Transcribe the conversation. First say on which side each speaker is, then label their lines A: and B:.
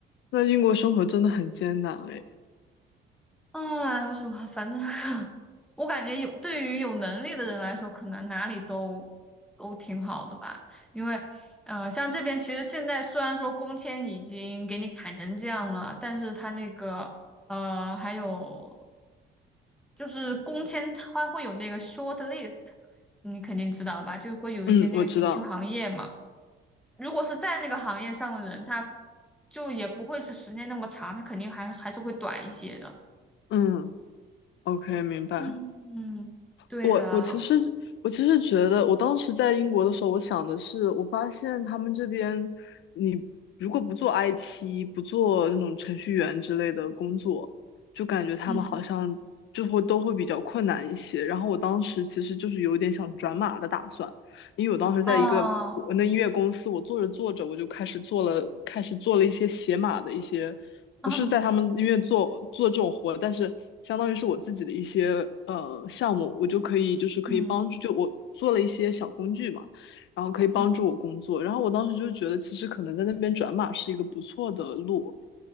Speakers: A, on the left (about 65°); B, in the centre.
A: 那英国生活真的很艰难哎，
B: 哎，不是，反正 <laughs> 我感觉有对于有能力的人来说，可能哪里都都挺好的吧。因为，呃，像这边其实现在虽然说工签已经给你砍成这样了，但是他那个呃还有。就是工签它会有那个 short list，你肯定知道吧？就会有一些那个景区行业嘛。
A: 嗯，我知道。
B: 如果是在那个行业上的人，他就也不会是时间那么长，他肯定还还是会短一些的。
A: 嗯，OK，明白。
B: 嗯，嗯，对的，
A: 我我其实我其实觉得，我当时在英国的时候，我想的是，我发现他们这边，你如果不做 IT，不做那种程序员之类的工作，就感觉他们好像就会都会比较困难一些。
B: 嗯，
A: 然后我当时其实就是有点想转码的打算，因为我当时在一个我那音乐公司，
B: 哦，
A: 我做着做着，我就开始做了开始做了一些写码的一些。不是在他们医院做做这种活，
B: <laughs>
A: 但是相当于是我自己的一些呃项目，我就可以就是可以帮助，
B: 嗯
A: 就我做了一些小工具嘛，然后可以帮助我工作。
B: 嗯。
A: 然后我当时就觉得，其实可能在那边转码是一个不错的路。